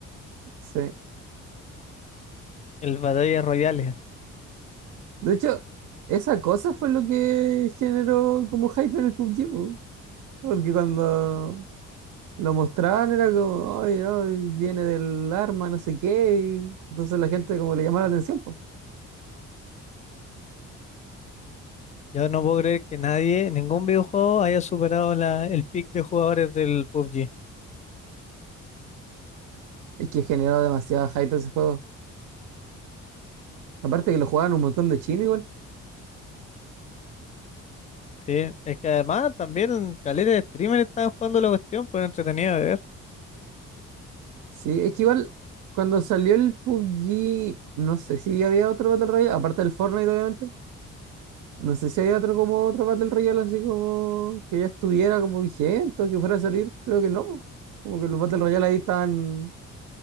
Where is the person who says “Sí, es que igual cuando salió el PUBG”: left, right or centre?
Right